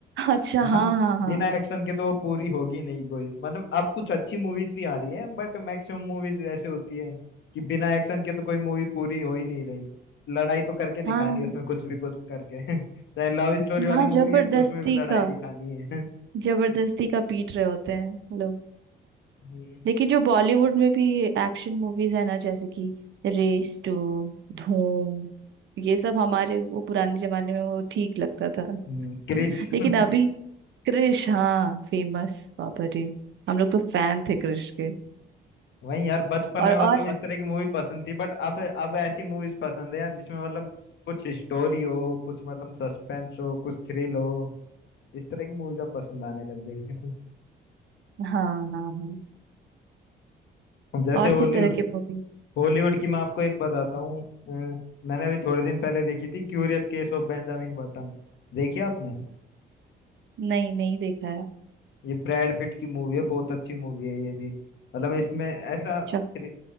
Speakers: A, on the right; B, on the left.
A: अच्छा
B: मतलब
A: हाँ हाँ हाँ
B: बिना एक्शन के तो वो पूरी होगी नहीं कोई मतलब अब कुछ अच्छी मूवीज भी आ रही है बट मैक्सिमम मूवीज ऐसे होती है कि बिना एक्शन के तो कोई मूवी पूरी हो ही नहीं रही लड़ाई तो करके दिखानी
A: हाँ
B: है उसमें कुछ भी कुछ करके <laughs> चाहे लव स्टोरी वाली
A: हाँ
B: मूवी
A: जबरदस्ती
B: है तो उसमें भी लड़ाई
A: का
B: दिखानी है <laughs>
A: जबरदस्ती का पीट रहे होते हैं लोग
B: हम्म।
A: लेकिन जो बॉलीवुड में भी एक्शन मूवीज है ना जैसे कि रेस टू धूम ये सब हमारे वो पुराने जमाने में वो ठीक लगता था
B: हम्म, क्रिश
A: लेकिन
B: <laughs>
A: अभी क्रिश हाँ फेमस बाबा रे हम लोग तो फैन थे क्रिश के
B: वही यार बचपन
A: और
B: में
A: और
B: मतलब इस तरह की मूवी पसंद थी बट अब अब ऐसी मूवीज पसंद है यार जिसमें मतलब कुछ स्टोरी हो कुछ मतलब सस्पेंस हो कुछ थ्रिल हो इस तरह की मूवीज अब पसंद आने लग गई हैं।
A: हाँ हाँ हाँ
B: <laughs> जैसे
A: और
B: हॉलीवुड
A: किस तरह के मूवीज
B: हॉलीवुड की मैं आपको एक बताता हूँ अ, मैंने अभी थोड़े दिन पहले देखी थी curious case of Benjamin Button देखी आपने
A: नहीं नहीं देखा है
B: ये ब्रैड पिट की मूवी है बहुत अच्छी मूवी है ये भी मतलब इसमें ऐसा
A: अच्छा
B: थ्रि-